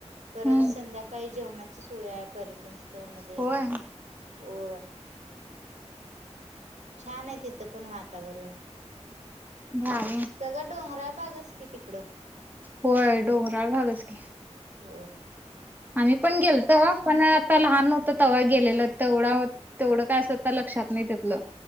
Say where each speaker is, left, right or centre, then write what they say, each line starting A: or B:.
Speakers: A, on the right (about 85°); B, on the right (about 15°).
A: परत
B: हम्म.
A: संध्याकाळी जेवणाची सोय आहे पर्यटन स्थळ मध्ये
B: होय
A: हो छान आहे तिथं पण वातावरण
B: बाय
A: सगं डोंगराळ भाग अस की तिकडं
B: होय डोंगराळ भागच की
A: हो
B: आम्ही पण. गेलतो पण, तवा लहान होतं तव्हा गेलेलं. तेवढं तेवढं काय असं लक्षात नाही तितलं.